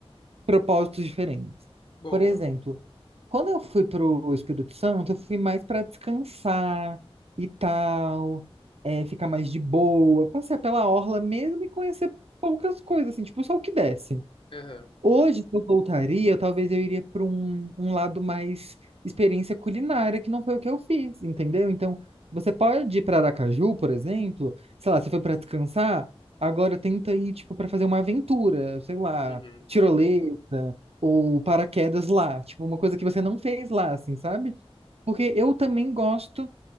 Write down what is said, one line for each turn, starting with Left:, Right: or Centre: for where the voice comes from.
Right: propósitos diferentes.
Left: Boa.
Right: Por exemplo, quando eu fui para o Espírito Santo, eu fui mais para descansar e tal, é, ficar mais de boa, passear pela orla mesmo e conhecer poucas coisas, assim, tipo, só o que desce.
Left: Aham.
Right: Hoje, se eu voltaria, talvez eu iria para um, um lado mais experiência culinária, que não foi o que eu fiz, entendeu? Então, você pode ir para Aracaju, por exemplo, sei lá, você foi para descansar, agora tenta ir, tipo, para fazer uma aventura, sei lá,
Left: Uhum.
Right: tirolesa ou paraquedas lá, tipo, uma coisa que você não fez lá, assim, sabe? Porque eu também gosto